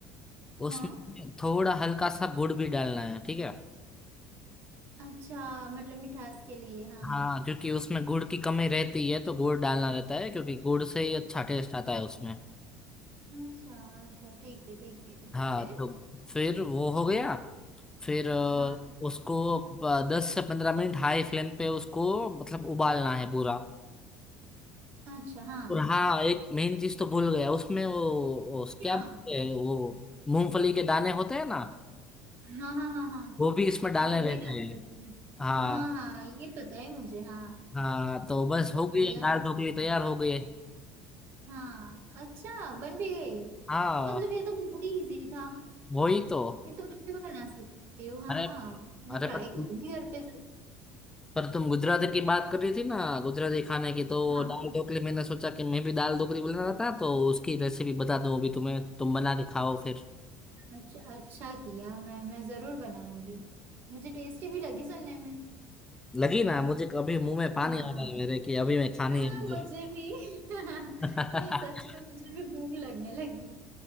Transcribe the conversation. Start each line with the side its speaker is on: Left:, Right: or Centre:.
Left: उसमें
Right: हाँ
Left: थोड़ा हल्का सा गुड़ भी डालना है ठीक है
Right: अच्छा मतलब मिठास के लिए हाँ
Left: हाँ क्योंकि उसमें गुड़ की कमी रहती है तो गुड़ डालना रहता है क्योंकि गुड़ से ही अच्छा टेस्ट आता है उसमें
Right: अच्छा अच्छा ठीक है ठीक है
Left: हाँ
Right: फिर
Left: तो फिर वो हो गया फिर अ,
Right: हाँ
Left: उसको दस से पंद्रह मिनट हाई फ्लेम पे उसको मतलब उबालना है पूरा
Right: अच्छा हाँ
Left: और हाँ एक मेन चीज तो भूल गया उसमें वो, वो
Right: क्या
Left: क्या बोलते हैं, वो मूंगफली के दाने होते हैं ना
Right: हाँ हाँ हाँ हाँ
Left: वो भी इसमें डालने
Right: वो भी
Left: रहते
Right: डाल
Left: हैं
Right: सकते हैं
Left: हाँ
Right: हाँ हाँ ये पता है मुझे हाँ
Left: हाँ तो बस
Right: बहुत
Left: हो
Right: बढ़िया
Left: गई दाल
Right: लगता
Left: ढोकली
Right: है
Left: तैयार हो गई
Right: हाँ अच्छा बन भी गई
Left: हाँ
Right: मतलब ये तो बहुत ही इजी था
Left: वही तो
Right: ये तो मैं भी बना सकती हूँ हाँ
Left: अरे
Right: हाँ मैं
Left: अरे
Right: ट्राई
Left: पर
Right: करूंगी घर पे जरूर
Left: पर तुम गुजराती की बात कर रही थी ना गुजराती खाने की तो
Right: हाँ
Left: दाल ढोकली मैंने सोचा कि मैं भी दाल ढोकली बनाना था तो उसकी रेसिपी बता दूं अभी तुम्हें तुम बना के खाओ फिर
Right: अच्छा अच्छा किया मैं मैं जरूर बनाऊंगी मुझे टेस्टी भी लगी सुनने में
Left: लगी ना मुझे अभी मुंह में पानी
Right: हाँ
Left: आ रहा है मेरे कि अभी मैं खानी
Right: हाँ
Left: है मुझे
Right: मुझे भी <laughs>
Left: <laughs>
Right: नहीं सच में मुझे भी भूख लगने लगी